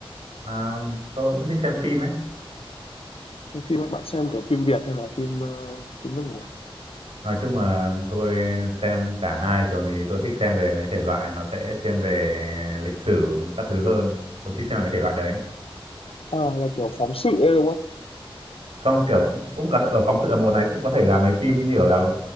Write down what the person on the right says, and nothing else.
à, tôi cũng thích xem phim ấy
nói chung là tôi xem cả hai thường thì tôi thích xem về mấy thể loại nó sẽ thiên về lịch sử các thứ hơn tôi thích xem mấy thể loại đấy
không kiểu cũng, cũng có ở phóng sự ở mùa này cũng có thể làm mấy phim như kiểu là ừ,